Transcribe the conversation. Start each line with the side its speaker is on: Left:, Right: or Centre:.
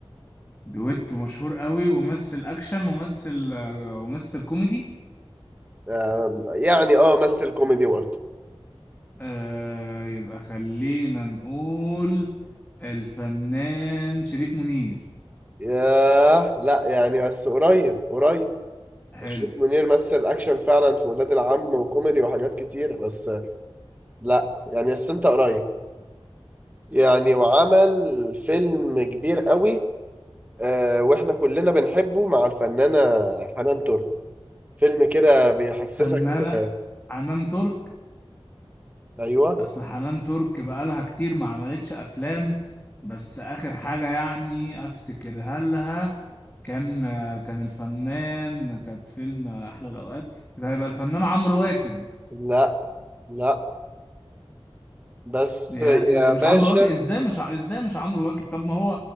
Left: دويتو مشهور قوي وممثل اكشن وممثل آه، وممثل كوميدي
Right: آه، يعني اه مثل كوميدي برضه
Left: آه يبقى خلينا نقول الفنان شريف منير
Right: ياه لا يعني بس قريب قريب
Left: حلو
Right: أشرف منير مثل أكشن فعلا في ولاد العم وكوميدي وحاجات كتير بس لا يعني بس أنت قريب يعني وعمل فيلم كبير قوي آه وإحنا كلنا بنحبه مع الفنانة حنان ترك فيلم كده بيحسسك
Left: فنانة
Right: ب-
Left: حنان ترك
Right: أيوه
Left: اصل حنان ترك بقالها كتير ما عملتش افلام بس اخر حاجة يعني افتكرها لها كان آه، كان الفنان كانت فيلم آه، احلى الاوقات ده هيبقى الفنان عمرو واكد
Right: لا لا بس
Left: يا إز-
Right: يا
Left: مش
Right: باشا
Left: عمرو واكد ازاي مش ع- ازاي مش عمرو واكد طب ما هو